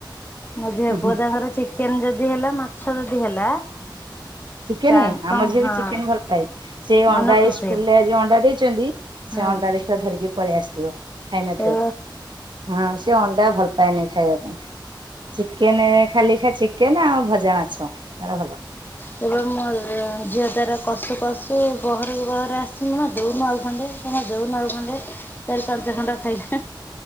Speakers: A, on the left; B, on the right.
A: ମୋ ଝିଅ
B: ଉହୁଁ
A: ପୁଅ ତାଙ୍କର ଚିକେନ ଯଦି ହେଲା ମାଛ ଯଦି ହେଲା
B: ଚିକେନେ
A: ତାଙ୍କ
B: ଆମ ଝିଅ
A: ହଁ
B: ବି ଚିକେନେ ଭଲ ପାଏ ସେ ଅଣ୍ଡା
A: ମନ ଖୁସି
B: ଏଇ ସ୍କୁଲ ରେ ଆଜି ଅଣ୍ଡା ଦେଇଛନ୍ତି ସେ
A: ହଁ
B: ଅଣ୍ଡା ଦେଖିବ ଧରିକି ପଳେଇ ଆସିଥିବ ଖାଇ ନଥିବ
A: ଏ
B: ହଁ ଟେ ଅଣ୍ଡା ଭଲ ପାଏନି ଖାଇବା ପାଇଁ ଚିକେନ ଖାଲି ଖା ଚିକେନ ଆଉ ଭଜା ମାଛ ତାର ଭଲ
A: ତେବେ ମୋ ଝିଅ ତାର କଷୁ କଶୁ ବହରକୁ ବହର ଆସିନୁ ନା ଦେଉନୁ ଆଉ ଖଣ୍ଡେ ଦଉନୁ ଆଉ ଖଣ୍ଡେ ଚାର ପାଞ୍ଚ ଖଣ୍ଡ ଖାଇଲା